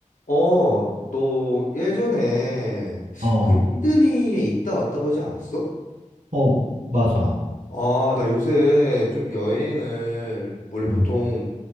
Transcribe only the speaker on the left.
어, 너 예전에
그 시드니에 있다 왔다고 하지 않았어?
아, 나 요새 좀 여행을 원래 보통